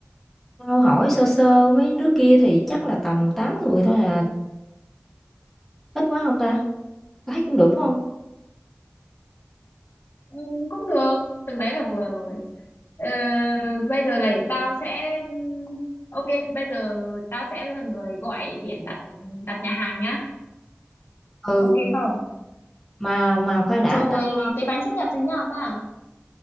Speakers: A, in the centre; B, on the left.
A: Tao hỏi sơ sơ mấy đứa kia thì chắc là tầm 8 người thôi à, ít quá không ta? Tao thấy cũng được, phải hông?
B: Ừ, cũng được, từng đấy là vừa rồi. Ờ, bây giờ là để tao sẽ ừm, Ok, bây giờ tao sẽ là người gọi điện đặt đặt nhà hàng nhá.
A: Ừ.
B: Ok không?
A: Mà mà khoan đã,
B: Rồi
A: tao
B: cái bánh sinh nhật thì như nào ta?